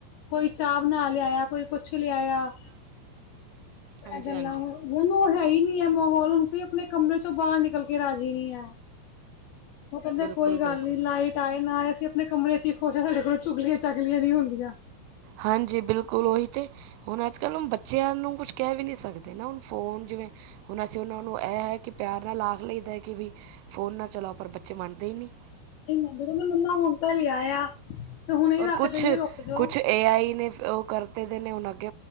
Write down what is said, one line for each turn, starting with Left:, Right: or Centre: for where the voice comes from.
Left: ਕੋਈ ਚਾਹ ਬਣਾ ਲਿਆਇਆ, ਕੋਈ ਕੁਛ ਲਿਆਇਆ।
Right: <inaudible>
Left: ਐ ਗੱਲਾਂ
Right: ਹਾਂਜੀ
Left: ਹੋਰ ਹੂਨ ਉਹ ਹੈ ਹੀ ਨੀ ਐ ਮਾਹੌਲ, ਹੁਨ ਕੋਈ ਆਪਣੇ ਕਮਰੇ ਚੋਂ ਬਾਹਰ ਨਿਕਲ ਕੇ ਰਾਜੀ ਨੀ ਐ। ਓਹ ਕਹਿੰਦਾ
Right: ਬਿਲਕੁਲ
Left: ਕੋਈ
Right: ਬਿਲਕੁਲ
Left: ਗੱਲ ਨੀ ਲਾਈਟ ਆਏ ਨਾ ਆਏ, ਅਸੀਂ ਆਪਣੇ ਕਮਰੇ ਚ ਈ ਖੁਸ਼ ਆ, ਸਾਡੇ ਕੋਲੋਂ ਚੁਗਲੀਆਂ- ਚਗਲੀਆਂ ਨੀ ਹੁੰਦੀਆਂ।
Right: ਹਾਂਜੀ, ਬਿਲਕੁਲ ਉਹੀ ਤੇ ਹੁਣ ਅਜ- ਕਲ੍ਹ ਬੱਚਿਆਂ ਨੂੰ ਕੁਛ ਕਹਿ ਵੀ ਨਹੀਂ ਸਕਦੇ ਨਾ ਹੁਣ ਫੋਨ ਜਿਵੇਂ ਹੁਣ ਅਸੀਂ ਉਹਨਾਂ ਨੂੰ ਇਹ ਹੈ ਕਿ ਪਿਆਰ ਨਾਲ ਆਖ ਲਈਦਾ ਕਿ ਵੀ ਫੋਨ ਨਾ ਚਲਾਓ, ਪਰ ਬੱਚੇ ਮੰਨਦੇ ਈ ਨੀ।
Left: ਜਦੋਂ ਮੈਂ ਮੰਗਾਂ, ਮੰਮਾ ਹੁਣ ਤਾਂ ਲਿਆ ਆ ਤੇ ਹੁਣੇ
Right: ਔਰ
Left: ਰੱਖ
Right: ਕੁਛ
Left: ਦਈਏ ਰੁਕ ਜੌ।
Right: ਕੁਛ ਏ ਆਈ ਨੇ ਫ ਉਹ ਕਰਤੇ ਦੇ ਨੇ ਹੁਣ ਅੱਗੇ,